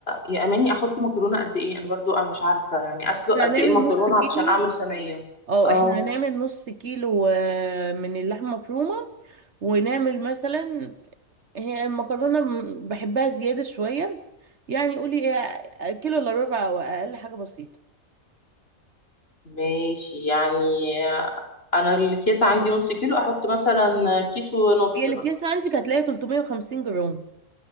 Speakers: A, on the left (about 45°); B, on the right (about 55°).
A: يا اماني احط مكرونه قد ايه انا برضو انا مش عارفه يعني اسلق
B: احنا
A: قد
B: هنعمل
A: ايه مكرونه
B: نص كيلو
A: علشان اعمل صينيه
B: اه
A: اه
B: احنا هنعمل نص كيلو آه، من اللحمه مفرومه ونعمل مثلا هي المكرونه م- بحبها زياده شويه يعني قولي ايه كيلو الا ربع او اقل حاجه بسيطه
A: ماشي يعني انا الكيس عندي نص كيلو احط مثلا كيس ونص
B: هي الاكياس
A: مثلا
B: عندك هتلاقيها 350 جرام